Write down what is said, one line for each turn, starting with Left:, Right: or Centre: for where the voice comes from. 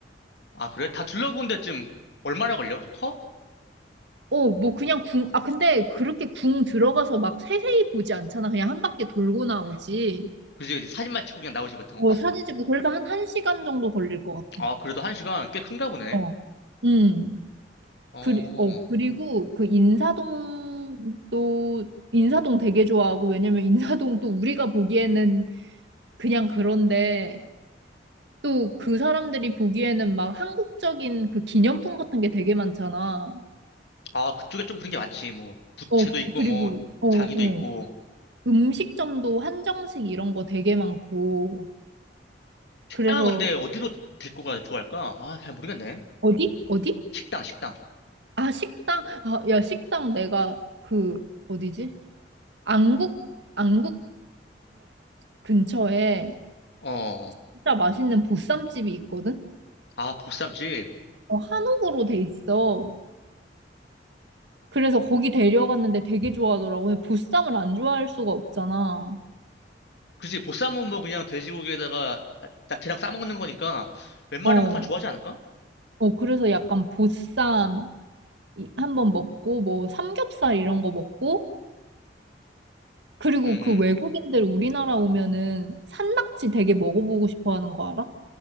Left: 아, 그래? 다 둘러본 데쯤 얼마나 걸려? 커?
Right: 어, 뭐 그냥 궁, 아, 근데 그렇게 궁 들어가서 막 세세히 보지 않잖아. 그냥 한 바퀴 돌고 나오지.
Left: 그지, 그지. 사진만 찍고 그냥 나오지, 보통.
Right: 어, 사진 찍고 그래도 한 1시간 정도 걸릴 것 같아.
Left: 아, 그래도 한 시간 꽤 큰가 보네.
Right: 어. 음.
Left: 어,
Right: 그리, 어, 그리고 그 인사동도, 인사동 되게 좋아하고, 왜냐면 인사동 또 우리가 보기에는 그냥 그런데, 또 그 사람들이 보기에는 막 한국적인 그 기념품 같은 게 되게 많잖아.
Left: 아, 그쪽에 좀 그런 게 많지. 뭐, 부채도
Right: 어,
Left: 있고,
Right: 그리고,
Left: 뭐,
Right: 어,
Left: 자기도
Right: 어.
Left: 있고.
Right: 음식점도 한정식 이런 거 되게 많고,
Left: 식당은
Right: 그래서,
Left: 근데 어디로 데리고 가야 좋아할까? 아, 잘 모르겠네.
Right: 어디? 어디?
Left: 식당, 식당.
Right: 아, 식당? 아, 야, 식당 내가 그, 어디지? 안국 안국역 근처에
Left: 어, 어. 어.
Right: 진짜 맛있는 보쌈집이 있거든.
Left: 아, 보쌈집.
Right: 어, 한옥으로 돼 있어. 그래서 거기 데려갔는데 되게 좋아하더라고. 근데 보쌈을 안 좋아할 수가 없잖아.
Left: 그지, 보쌈은 뭐 그냥 돼지고기에다가 나- 야채랑 싸먹는 거니까 웬만하면
Right: 어,
Left: 다 좋아하지 않을까?
Right: 어 그래서 약간 보쌈 이- 한번 먹고 뭐 삼겹살 이런 거 먹고 그리고
Left: 응, 응.
Right: 그 외국인들 우리나라 오면은 산낙지 되게 먹어보고 싶어 하는 거 알아?